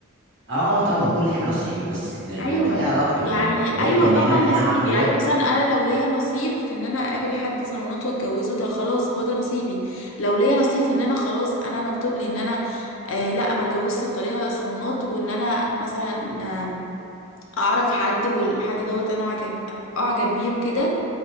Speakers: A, on the right (about 55°); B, on the left (about 60°).
A: اه طبعا ما كل حاجه نصيب بس ده يعني
B: ايوه
A: ده ايه علاقته
B: يعني
A: بين- بقول
B: ايوه
A: لك ان
B: طبعا
A: هنا هنا
B: نصيب
A: عقليات
B: يعني مثلا انا لو ليا نصيب في ان انا اقابل حد صالونات واتجوزه ده خلاص هو ده نصيبي لو ليا نصيب في ان انا خلاص انا مكتوب لي ان انا آه لا ما اتجوزش بطريقه صالونات وان انا مثلا آه اعرف حد والحد دوت انا اعجب اعجب بيه وكده